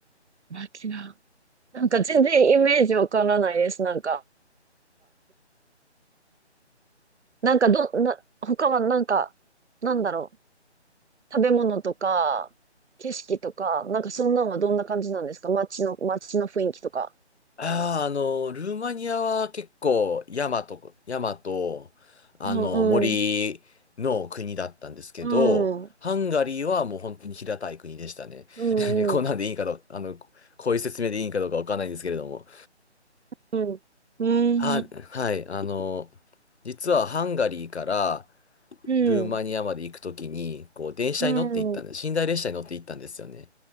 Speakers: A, on the right; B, on the left.
A: ラキナ。なんか全然イメージわからないです。なんか、なんかど、な、他はなんか、なんだろう。食べ物とか、景色とか、なんかそんなのはどんな感じなんですか街の、街の雰囲気とか。
B: ああ、あの、ルーマニアは結構山と、山と、あの、
A: う
B: 森の国だったんですけど、
A: ん、うん、うん、
B: ハンガリーはもう本当に平たい国でしたね。
A: うん、
B: <laughs> こんなんでいいかどうかあの、
A: うん、
B: こういう説明でいいんかどうかわかんないんですけれども。
A: うん、うん、
B: あ、はい、あの、実はハンガリーから
A: うん、
B: ルーマニアまで行くときに、こう、電車に乗って行ったんで、
A: うん、
B: 寝台列車に乗って行ったんですよね。